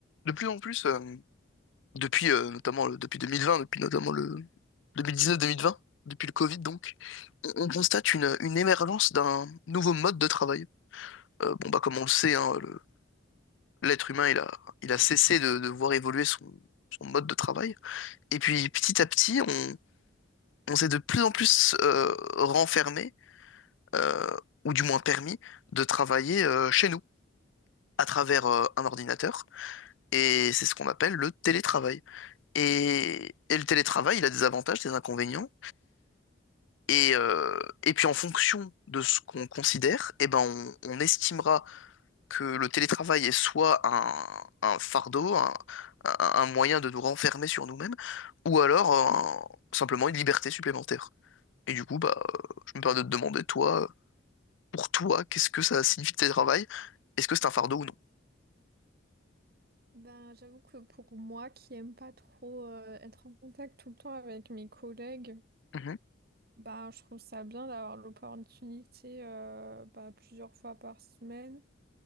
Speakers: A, on the left; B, on the right.
A: de plus en plus, euh, depuis euh, notamment le- depuis 2020, depuis notamment le 2019-2020, depuis le Covid donc, on, on constate une, une émergence d'un nouveau mode de travail. Euh, bon bah comme on le sait, hein, le- l'être humain il a, il a cessé de, de voir évoluer son, son mode de travail. Et puis petit à petit, on, on s'est de plus en plus euh, renfermé, euh, ou du moins permis, de travailler euh, chez nous, à travers euh, un ordinateur. Et c'est ce qu'on appelle le télétravail. Et, et le télétravail, il a des avantages, des inconvénients. Et, euh, et puis en fonction de ce qu'on considère, eh ben on, on estimera que le télétravail est soit un, un fardeau, un, un- un moyen de nous renfermer sur nous-mêmes, ou alors euh, un- simplement une liberté supplémentaire. Et du coup, bah, euh, je me permets de te demander, toi, euh, pour toi, qu'est-ce que ça signifie le télétravail? Est-ce que c'est un fardeau ou non?
B: Ben, j'avoue que pour moi qui aime pas trop euh, être en contact tout le temps avec mes collègues,
A: Mhm,
B: ben, je trouve ça bien d'avoir l'opportunité euh, bah, plusieurs fois par semaine.